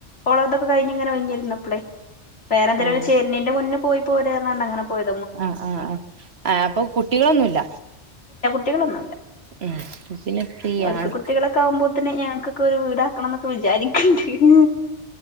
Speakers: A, on the left; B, on the right.
A: ഓളതൊക്ക കഴിഞ്ഞിങ്ങനെ ഒഴിഞ്ഞിരുന്നപ്പളെ വേറെ എന്തിനേലും
B: ആഹ്
A: ചേര്ണേന്റ മുന്നേ പോയി പോരാറഞ്ഞാണ്ടങ്ങനെ പോയത്
B: ആഹ് ആഹ് ആഹ് ആ അപ്പൊ കുട്ടികളൊന്നുല്ല
A: കുട്ടികളൊന്നുവില്ല
B: ഉം പിന്നെ ഫ്രീയാണ്
A: ഓല്ക്ക് കുട്ടികളൊക്കാവുമ്പോത്തിന് ഞങ്ങ്ക്കക്കൊരു വീടാക്കണംന്നൊക്കെ വിചാരിക്ക്ണ്ട് ഇൻ